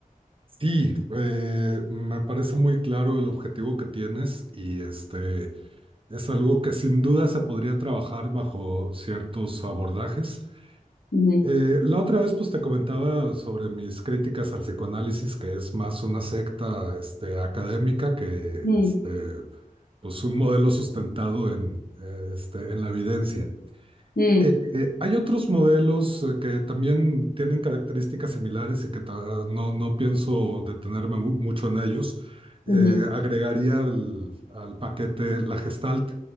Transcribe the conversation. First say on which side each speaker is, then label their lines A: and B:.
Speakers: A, on the right; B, on the left.
A: Sí, eh, me parece muy claro el objetivo que tienes y este es algo que sin duda se podría trabajar bajo ciertos abordajes.
B: Ujú,
A: Eh, la otra vez pues te comentaba sobre mis críticas al psicoanálisis, que es más una secta este, académica que
B: mm,
A: este, pues, un modelo sustentado en, eh, este, en la evidencia.
B: mm,
A: Eh, eh, hay otros modelos eh, que también tienen características similares y que ta- no, no pienso detenerme mu- mucho en ellos. Eh,
B: ujú.
A: agregaría al, al paquete la Gestalt.